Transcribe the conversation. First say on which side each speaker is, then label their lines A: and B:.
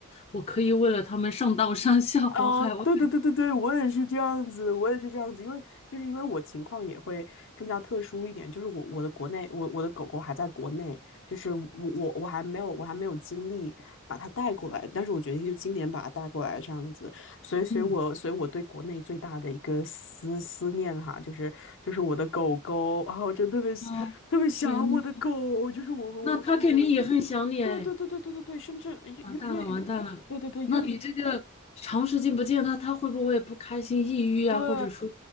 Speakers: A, on the left (about 30°); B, on the left (about 60°).
A: 我可以为了他们上刀山下火海。
B: 哦，
A: 我，
B: 对对对对对，我也是这样子，我也是这样子，因为就是因为我情况也会更加特殊一点，就是我我的国内，我我的狗狗还在国内，就是我我我还没有我还没有精力把它带过来，但是我决定就今年把它带过来这样子，所以所以我所以我对国内最大的一个思思念哈，
A: 嗯
B: 就是就是我的狗狗啊，我真的特别喜特别想我的狗，
A: 啊，天呐，
B: 就是我我我甚至
A: 那他肯定也很想你哎，
B: 对对对对对对对，甚至越越越。
A: 完蛋了，完蛋了。
B: 对对对，
A: 那你这个长时间不见他，
B: 因为
A: 他会不会不开心、抑郁啊，
B: 对
A: 或者说，